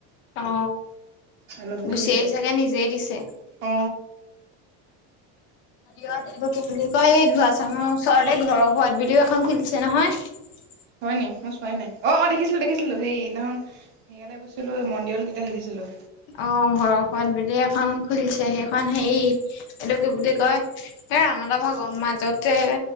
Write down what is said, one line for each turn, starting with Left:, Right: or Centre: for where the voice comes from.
Left: অ
Right: নতুনকে
Left: গুচি
Right: খুলিছে
Left: আহি চাগে নিজেই দিছে
Right: অ
Left: হ এইটো কি বুলি কয় সেই ধুৱা চাঙৰ ওচৰতে ঘৰৰ সোৱাদ বুলিও এখন খুলিছে নহয় <unintelligible>
Right: হয় নি মই চোৱাই নাই অ অ দেখিছিলো দেখিছিলো সেইদিনাখন সেয়ালৈ গৈছিলোঁ মন্দিৰলে তেতিয়া দেখিছিলোঁ।
Left: অ ঘৰৰ সোৱাদ বুলি এখন খুলিছে সেইখন হেৰি এইটো কি বুলি কয় এ ৰানদা ভাগৰ মাজতে